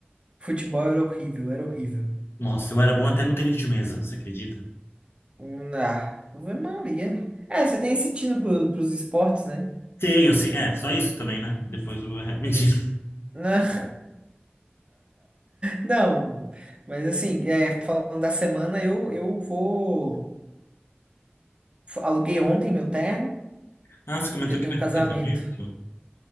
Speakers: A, on the right; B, on the left.
A: futebol era horrível, era horrível.
B: Nossa, eu era bom até no tênis de mesa, você acredita?
A: Hum, Ah, Ave Maria. É, você tem esse tino pro, pros esportes, né?
B: Tenho, assim. É, só isso também, né? Depois eu vou... <laughs> Mentira.
A: Não. <laughs> Não, mas assim, é, falando da semana, eu, eu vou. Aluguei ontem meu terno,
B: Ah, você comentou
A: que eu
B: que
A: tenho
B: vai
A: um
B: ter
A: casamento.
B: um casamento?